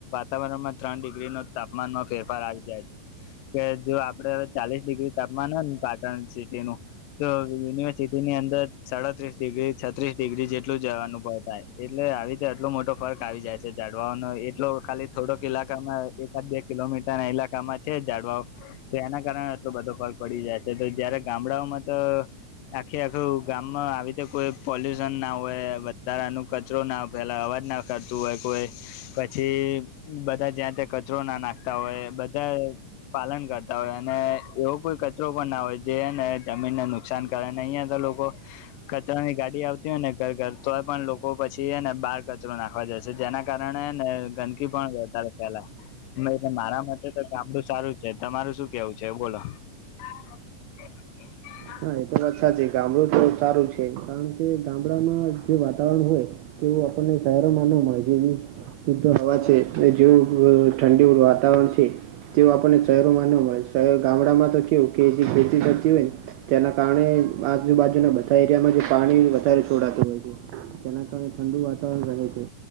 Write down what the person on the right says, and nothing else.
હા એ તો અછા છે ગામડું તો સારું છે કારણ કે ગામડામાં જે વાતાવરણ હોય એવું આપણને સહેરોમાં ન મળય જેવી શુ્ધ હવા છે જેવું ઠંડી વાતાવરણ છે તેવ આપણને શહેરોમાં ન હોય શહે ગામડામાં તો કેવું કે જે ખેતી કરતી હોય તેના કારણે આજુબાજુના બધા એરિયામાં જે પાણી વધારે છોડાતું હોય છે તેના કારણે ઠંડુ વાતાવરણ રહે તે